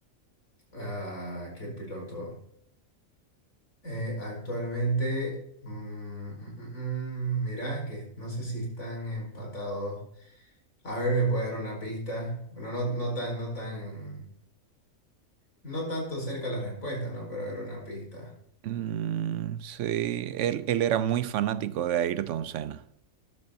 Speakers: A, on the left; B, on the right.
A: Ah, qué piloto. Eh, actualmente, mm, mm, mm, mm, mirá, que no sé si están empatados. A ver, ¿me puede dar una pista? Bueno, no, no tan, no tan, no tanto cerca la respuesta, ¿no? Pero a ver, una pista.
B: Mm, sí, él, él era muy fanático de Ayrton Senna.